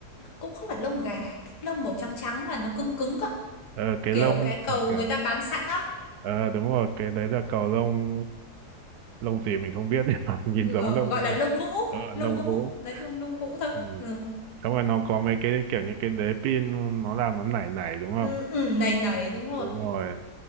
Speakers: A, on the left; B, on the right.
A: cũng không phải lông gà cái lông màu trắng trắng mà nó cứng cứng cơ
B: ờ, cái
A: kiểu
B: lông
A: cái cầu
B: kiểu kiểu
A: người ta bán sẵn á
B: ờ, đúng rồi cái đấy là cầu lông lông gì mình không biết nhưng mà <laughs> nhìn
A: ừ,
B: giống
A: ờ,
B: lông
A: gọi là lông vũ
B: ờ,
A: lông
B: lông
A: vũ
B: gỗ
A: nói chung lông vũ thôi
B: ừ.
A: ừ.
B: xong rồi nó có mấy cái kiểu như cái đế pin nó làm nó nảy nảy đúng không
A: Ừ, ừ, nầy nầy
B: Ừ,
A: đúng rồi
B: đúng rồi